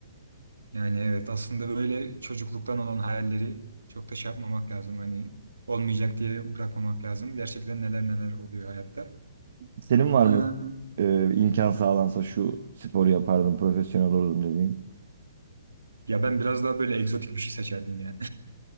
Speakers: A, on the right; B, on the right.
A: Yani evet aslında böyle çocukluktan olan hayalleri çok da şey yapmamak lazım. Hani olmayacak diye bırakmamak lazım. Gerçekten neler neler oluyor hayatta.
B: Senin var
A: Ee,
B: mı e, imkan sağlansa şu sporu yapardım, profesyonel olurdum dediğin?
A: ya ben biraz daha böyle egzotik bir şey seçerdim ya.